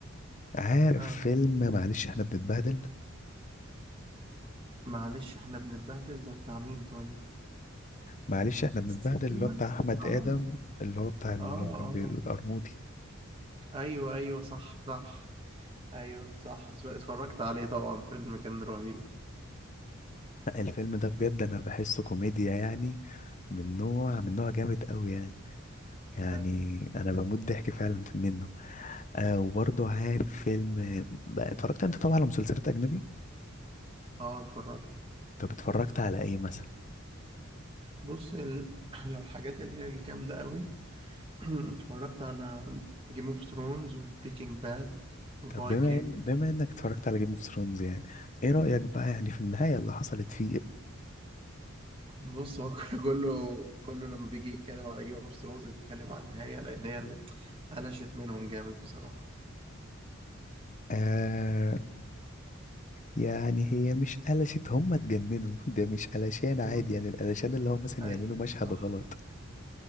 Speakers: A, on the left; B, on the right.
A: عارف
B: آه.
A: فيلم معلش احنا بنتبهدل
B: معلش إحنا بنتبهدل ده بتاع مين طيب؟
A: معلش احنا بنتبهدل
B: سلمان
A: اللي هو بتاع احمد
B: آه
A: ادم اللي هو بتاع اللي
B: آه
A: هو كان
B: آه
A: بيقول القرموطي
B: أيوه أيوه صح صح أيوه صح اس- اتفرجت عليه طبعا فيلم كان رهيب
A: لا، الفيلم ده بجد انا بحسه كوميديا يعني من نوع من نوع جامد قوي يعني يعني
B: أيوه
A: انا بموت ضحك فعلا في منه آه وبرضه عارف فيلم بقى اتفرجت انت طبعا على مسلسلات اجنبي
B: آه اتفرجت
A: طب اتفرجت على ايه مثلا
B: بص ال... <clears throat> لو الحاجات اللي هي الجامدة قوي <clears throat> اتفرجت على جيم اوف ثرونز وبريكنج باد
A: طب
B: فايكنج
A: بما ان بما انك اتفرجت على جيم اوف ثرونز يعني ايه رأيك بقى يعني في النهاية اللي حصلت فيه
B: بص هو <laughs> كله كله لما بيجي يتكلم على جيم اوف ثرونز بيتكلم على النهاية لأن هي اللي قلشت منهم جامد بصراحة
A: آه يعني هي مش قلشت هم اتجننوا <laughs> ده مش قلشان عادي
B: مم.
A: يعني القلشان اللي هم مثلا
B: أيوة
A: يعملوا مشهد
B: صح
A: غلط